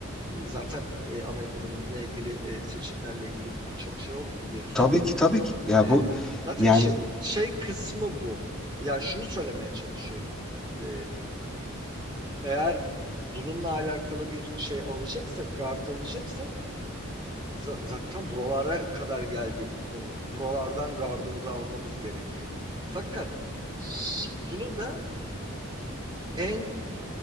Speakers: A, on the right; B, in the centre.
A: e, zaten e, Amerika'da bununla ilgili e, seçimlerle ilgili birçok şey oldu biliyorsun.
B: Tabii ki tabii ki. Ya
A: E,
B: bu
A: zaten
B: yani
A: işin şey kısmı bu. Yani şunu söylemeye çalışıyorum. E, eğer bununla alakalı bir şey alacaksak, gard alacaksak za- zaten buralara kadar geldi konu. Buralardan gardımızı almamız gerekiyor. Fakat bunu da en